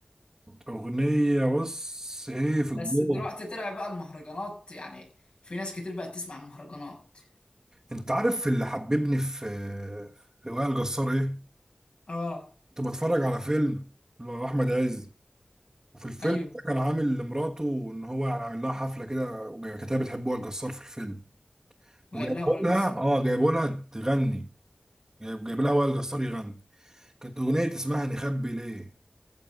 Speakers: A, on the right (about 30°); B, on the left (about 75°).
A: اغنية بص ايه في الجو
B: بس دلوقتي طلع بقى المهرجانات يعني في ناس كتير بقت تسمع المهرجانات
A: انت عارف اللي حببني في في وائل جسار ايه
B: اه
A: كنت بتفرج على فيلم لاحمد عز وفي الفيلم
B: ايوه
A: ده كان عامل لمراته ان هو يعني عامل لها حفلة كده وكانت هي بتحب وائل جسار في الفيلم
B: وجايب
A: وجايبوا
B: لها وائل
A: لها
B: جسار
A: اه جايبوا لها تغني جايب جايب لها وائل جسار يغني كانت أغنية اسمها نخبي ليه